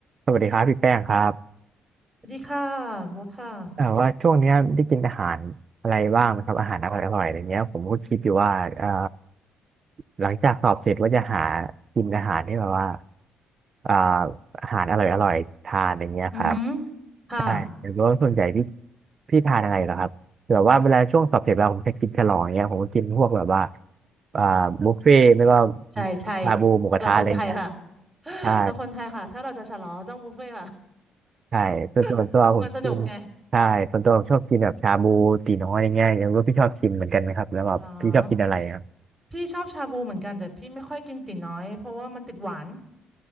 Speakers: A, on the right (about 45°); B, on the right (about 15°).
A: สวัสดีครับพี่แป้งครับ
B: สวัสดีค่ะโบัทค่ะ
A: เอ่อว่าช่วงเนี้ยได้กินอาหารอะไรบ้างไหมครับอาหารอร่อยอร่อยอะไรเงี้ยผมก็คิดอยู่ว่าเอ่อหลังจากสอบเสร็จว่าจะหากินอาหารที่แบบว่าเอ่ออาหารอร่อยอร่อยทานอะไรเงี้ยครับ
B: อือหือค่ะ
A: ใช่แต่ว่าส่วนใหญ่พี่พี่ทานอะไรเหรอครับแบบว่าเวลาช่วงสอบเสร็จเราผมจะกินฉลองเงี้ยผมก็กินพวกแบบว่าเอ่อบุฟเฟ่ต์ไม่ก็
B: ใช่ใช่
A: ชาบูหมูกระทะอะไรเงี้ย
B: เราคนไทยค่ะ <laughs>
A: ใช่
B: เราคนไทยค่ะ ถ้าเราจะฉลองเราต้องบุฟเฟ่ต์ค่ะ
A: ใช่ส่วนส่วนตัวผมกิน
B: <laughs> มันสนุกไง
A: ใช่ส่วนตัวผมชอบกินแบบชาบูตีน้อยอย่างเงี้ยอย่างว่าพี่ชอบกินเหมือนกันไหมครับแล้วแบบพี่ชอบกินอะไรครับ
B: อ๋อ พี่ชอบชาบูเหมือนกันแต่พี่ไม่ค่อยกินตี๋น้อยเพราะว่ามันติดหวาน